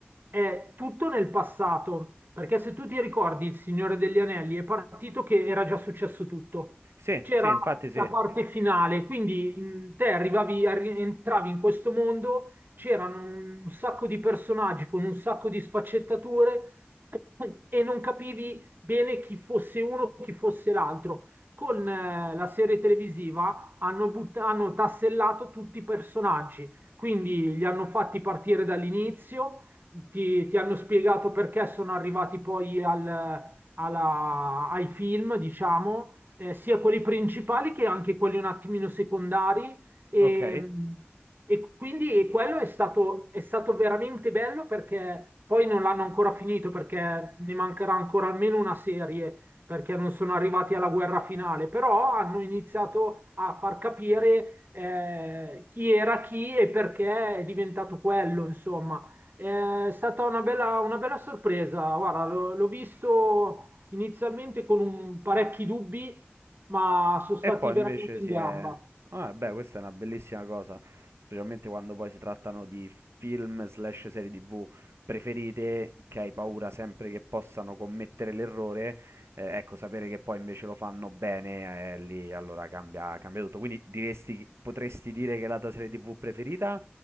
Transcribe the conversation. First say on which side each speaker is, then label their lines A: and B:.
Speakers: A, on the right; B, on the right.
A: è tutto nel passato. Perché se tu ti ricordi Il Signore degli Anelli è partito che era già successo tutto.
B: Sì,
A: C'era
B: sì, infatti sì.
A: la parte finale, quindi mh, te arrivavi, arri- entravi in questo mondo c'erano un sacco di personaggi con un sacco di sfaccettature e non capivi bene chi fosse uno e chi fosse l'altro. Con eh, la serie televisiva hanno, but- hanno tassellato tutti i personaggi, quindi li hanno fatti partire dall'inizio, ti, ti hanno spiegato perché sono arrivati poi al- alla- ai film, diciamo, eh, sia quelli principali che anche quelli un attimino secondari. E,
B: Ok.
A: e quindi quello è stato, è stato veramente bello perché poi non l'hanno ancora finito perché ne mancherà ancora almeno una serie perché non sono arrivati alla guerra finale, però hanno iniziato a far capire eh, chi era chi e perché è diventato quello, insomma. È stata una bella, una bella sorpresa, guarda, l'ho l'ho visto inizialmente con un- parecchi dubbi, ma sono stati
B: E poi
A: veramente
B: invece
A: in
B: si
A: gamba.
B: è... Ah, beh, questa è una bellissima cosa, specialmente quando poi si trattano di film slash serie TV preferite che hai paura sempre che possano commettere l'errore. eh, ecco, sapere che poi invece lo fanno bene, eh, lì allora cambia, cambia tutto. Quindi diresti, potresti dire che è la tua serie TV preferita